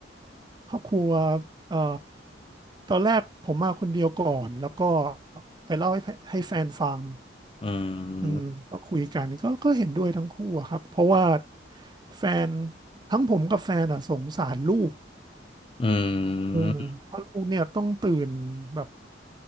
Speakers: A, on the right; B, on the left.
A: ครอบครัวเอ่อตอนแรกผมมาคนเดียวก่อน แล้วก็ไปเล่าให้ให้แฟนฟัง
B: อื
A: อืมก็คุยกันก็ก็เห็นด้วยทั้งคู่อะครับ
B: ม
A: เพราะว่าแฟนทั้งผมกับแฟนอ่ะสงสารลูก
B: อื
A: เออเพราะลูกเนี่ยต้องตื่นแบบ
B: ม